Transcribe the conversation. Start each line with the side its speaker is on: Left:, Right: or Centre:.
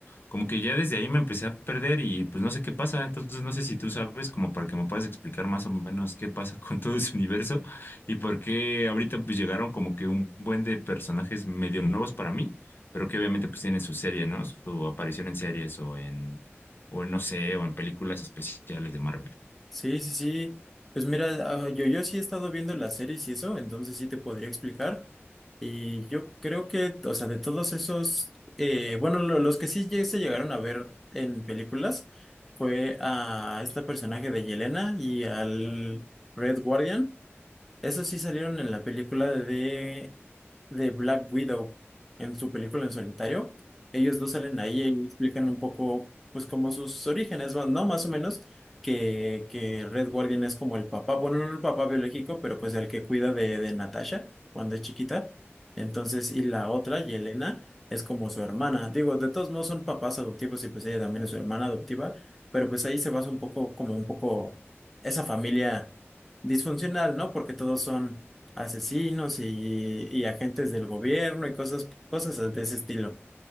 Left: Como que ya desde ahí me empecé a perder y pues no sé qué pasa, entonces no sé si tú sabes como para que me puedas explicar más o menos qué pasa <laughs> con todo ese universo y por qué ahorita pues llegaron como que un buen de personajes medio nuevos para mí, pero que obviamente pues tienen su serie, ¿no? Su aparición en series o en, o en, no sé, o en películas especiales de Marvel.
Centre: Sí, sí, sí. Pues mira, ah, yo, yo sí he estado viendo las series y eso, entonces sí te podría explicar. Y yo creo que, o sea, de todos esos, eh, bueno, lo- los que sí lle- se llegaron a ver en películas fue a este personaje de Yelena y al Red Guardian. Esos sí salieron en la película de, de Black Widow, en su película en solitario. Ellos dos salen ahí y explican un poco, pues, como sus orígenes van, ¿no? Más o menos, que, que Red Guardian es como el papá, bueno, no el papá biológico, pero pues el que cuida de, de Natasha cuando es chiquita. Entonces, y la otra, Yelena, es como su hermana. Digo, de todos modos son papás adoptivos y pues ella también es su hermana adoptiva, pero pues ahí se basa un poco, como un poco esa familia disfuncional, ¿no? Porque todos son asesinos y, y agentes del gobierno y cosas, cosas de ese estilo.